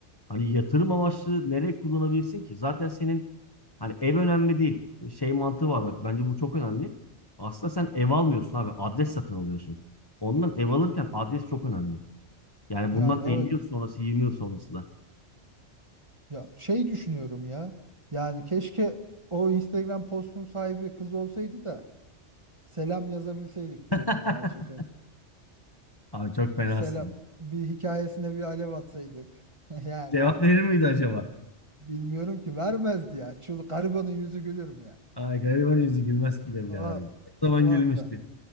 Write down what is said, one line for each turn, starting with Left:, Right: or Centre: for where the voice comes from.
Left: Hani yatırım amaçlı nereye kullanabilirsin ki? Zaten senin hani ev önemli değil. e, Şey mantığı var bak bence bu çok önemli. Aslında sen ev almıyorsun abi adres satın alıyorsun. Ondan ev alırken adres çok önemli. Yani
Right: yani
Left: bundan 50
Right: evet.
Left: yıl sonrası 20 yıl sonrası da.
Right: Ya şey düşünüyorum ya. Yani keşke o Instagram postunun sahibi kız olsaydı da selam yazabilseydik
Left: <laughs>
Right: diyorum ya açıkçası.
Left: Abi çok fenasın
Right: Bir selam
Left: ya.
Right: bir hikayesine bir alev atsaydık. <laughs> Yani
Left: Cevap verir miydi acaba?
Right: bilmiyorum ki vermezdi ya. Çıl garibanın yüzü gülür mü ya?
Left: Ay gariban yüzü gülmez ki be birader
Right: Aa,
Left: ya. Ne zaman
Right: Valla.
Left: gülmüştü.